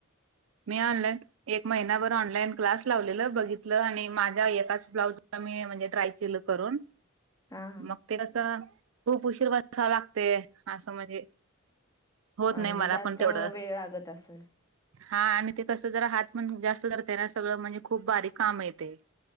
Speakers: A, on the right; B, on the left.
A: मी ऑनलाइन एक महिनाभर ऑनलाईन क्लास लावलेलं, बघितलं आणि माझ्या एकाच ब्लाउज ला मी म्हणजे ट्राय केलं करून.
B: हा हा
A: मग ते कसं, खूप उशीर बसावं लागतय,, असं म्हणजे होत
B: हा
A: नाही
B: म्हणजे
A: मला
B: जास्त
A: पण तेवढं
B: वेळ लागत असल.
A: हा, आणि ते कसं जरा हात पण जास्त धरते ना, सगळं म्हणजे खूप बारीक कामय ते.